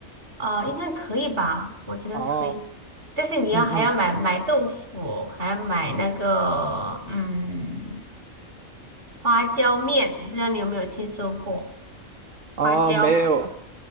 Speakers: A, on the right; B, on the right.
A: 啊、呃应该可以吧？我觉得可以，
B: 哦，
A: 但是你要还要买买豆腐，
B: 嗯嗯，
A: 还要买那个嗯花椒面，我不知道你有没有听说过
B: 哦，
A: 花椒，
B: 没有，